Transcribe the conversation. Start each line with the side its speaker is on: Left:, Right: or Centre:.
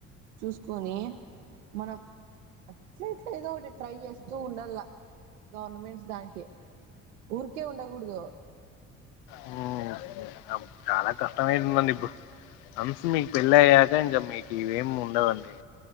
Right: చూసుకొని మనం అట్ ఏదో ఒకటి ట్రై చేస్తూ ఉండాల గవర్నమెంట్స్ దానికి ఊరుకే ఉండకూడదు
Left: హ్మ్ చాలా కష్టమైతుందండి ఇప్పుడు వన్స్ మీకు పెళ్ళి అయ్యాక ఇంకా మీకు ఇవేమి ఉండవండి